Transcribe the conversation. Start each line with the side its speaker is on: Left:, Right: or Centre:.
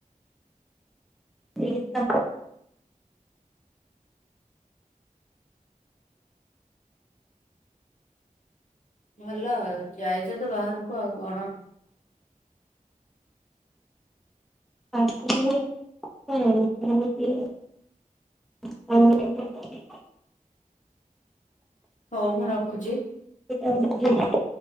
Centre: <inaudible>
Left: ଭଲ ଯାଇଛ ତ ବାହାରକୁ ଆଉ କଣ
Centre: <inaudible> <inaudible>
Left: ହଉ ମୁଁ ରଖୁଛି
Centre: <inaudible>